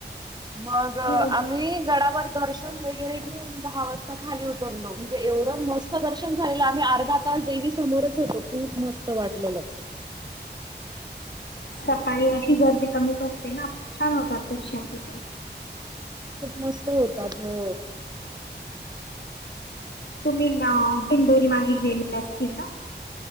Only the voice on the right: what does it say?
मग आम्ही
गडावर दर्शन वेगैर घेऊन दहा वाजता खाली उतरलो म्हणजे एवढं मस्त दर्शन झालेलं आम्ही अर्धा तास देवी समोरच होतो. खूप मस्त वाटलेलं.
खूप मस्त होतात हो.